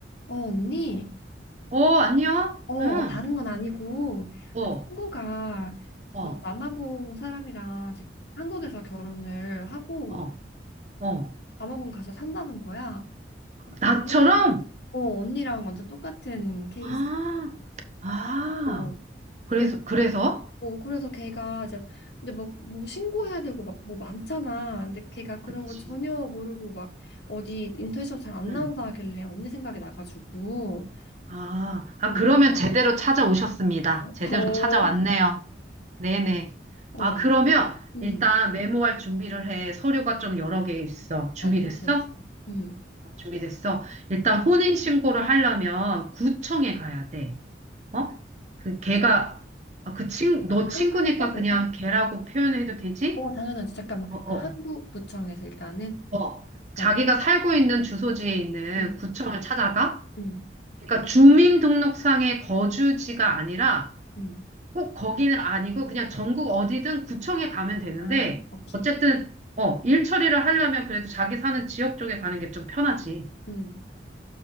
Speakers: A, on the left; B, on the right.
A: 어, 언니?
B: 어, 안녕?
A: 어,
B: 응.
A: 다른 건 아니고,
B: 어,
A: 친구가
B: 어,
A: 그 남아공 사람이랑 지금 한국에서 결혼을 하고
B: 어, 어.
A: 남아공 가서 산다는 거야.
B: 나처럼?
A: 언니 생각, 어, 언니랑 완전 똑같은 케이스.
B: 아, 아.
A: 어,
B: 그래서,
A: 그래서,
B: 그래서?
A: 어, 그래서 걔가 이제, 근데 막, 뭐 신고해야 되고 막 뭐 많잖아. 근데 걔가 그런
B: 그치.
A: 걸 전혀 모르고 막 어디 인터넷에서 잘 안
B: 응.
A: 나온다 하길래 언니 생각이 나가지고,
B: 아, 아,
A: 어,
B: 그러면 제대로 찾아오셨습니다. 제대로
A: 어,
B: 찾아왔네요. 네네.
A: 어,
B: 아, 그러면
A: 음.
B: 일단 메모할 준비를 해. 서류가 좀 여러 개 있어. 준비됐어?
A: 나 준비됐어. 음,
B: 준비됐어. 일단
A: 음,
B: 혼인신고를 하려면 구청에 가야 돼. 어? 그 걔가
A: 어
B: 아, 그 친,
A: 아,
B: 너 친구니까
A: 한, 한국에서?
B: 그냥 걔라고 표현해도 되지?
A: 어, 당연하지. 잠깐만.
B: 어,
A: 그러니까
B: 어,
A: 한국구청에서 일단은,
B: 어. 자기가
A: 어,
B: 살고 있는 주소지에 있는
A: 음.
B: 구청을 찾아가?
A: 음,
B: 그러니까 주민등록상의 거주지가 아니라
A: 음,
B: 꼭 거기는 아니고 그냥 전국 어디든 구청에 가면 되는데
A: 아, 오케이.
B: 어쨌든 어, 일 처리를 하려면 그래도 자기 사는 지역 쪽에 가는 게 좀 편하지.
A: 음,